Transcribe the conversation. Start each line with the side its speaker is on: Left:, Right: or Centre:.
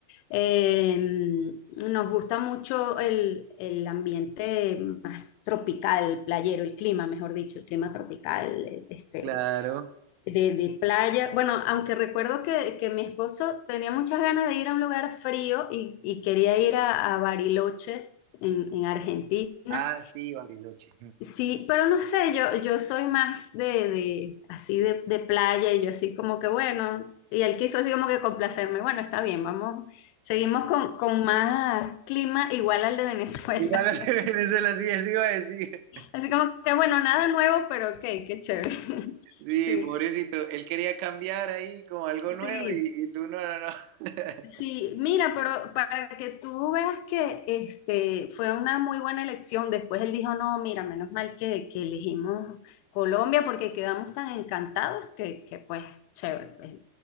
Left: Eh, nos gusta mucho el, el ambiente más tropical, playero, el clima, mejor dicho, el clima tropical, este,
Right: Claro.
Left: de, de playa. Bueno, aunque recuerdo que, que mi esposo tenía muchas ganas de ir a un lugar frío y, y quería ir a, a Bariloche en, en Argentina.
Right: Ah, sí, Bariloche.
Left: Sí, pero no sé, yo, yo soy más de, de así de, de playa y yo así como que bueno, y él quiso así como que complacerme. Bueno, está bien, vamos, seguimos con, con más clima igual al de Venezuela.
Right: Igual <laughs> al
Left: <laughs>
Right: de Venezuela, sí, eso iba a decir.
Left: Así como que bueno, nada nuevo, pero ok, qué chévere. <laughs>
Right: Sí,
Left: Sí,
Right: pobrecito. Él quería cambiar ahí como algo
Left: sí.
Right: nuevo y, y tú no, no, no. <laughs>
Left: Sí, mira, pero para que tú veas que este fue una muy buena elección, después él dijo, no, mira, menos mal que, que elegimos Colombia porque quedamos tan encantados que, que pues, chévere. pues".